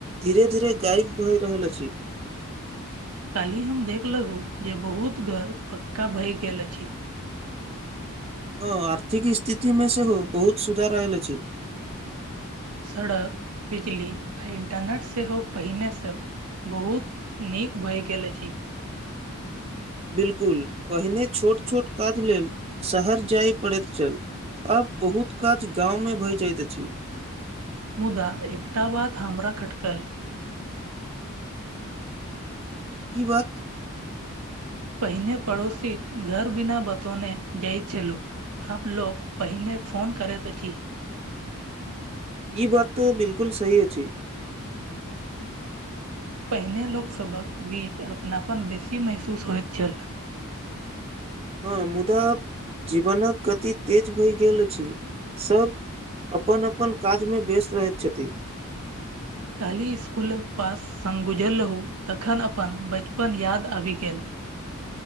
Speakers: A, on the right; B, on the right.
A: धीरे धीरे गायब भए रहल अछि
B: कालहि हम देख लगु जे बहुत घर पक्का भय गेल अछि
A: हँ आर्थिक स्थिति मे सेहो बहुत सुधार आयल छै
B: सड़क बिजली आ इंटरनेट सेहो पहिनेसँ बहुत नीक भए गेल अछि
A: बिलकुल पहिने छोट छोट काज लेल शहर जाय पड़ैत छल आब बहुत काज गाँंव मे भय जाइत अछि
B: मुदा एकटा बाद हमरा खटकल
A: की बात
B: पहिने पड़ोशी घर बिना बतौने जाइ छललू आपलोग पहिने फोन करे त की
A: ई बात तऽ बिलकुल सही अछि
B: पहिने लोकसभक बीच अपनापन बेसी महसूस होइत छल
A: हँ मुदा जीवनक गति तेज भए गेल अछि सब अपन अपन काजमे व्यस्त रहैत छथिन
B: काल्हि इसकुलक पास सङ्ग गुजरल रहू तखन अपन बचपन याद आबि गेल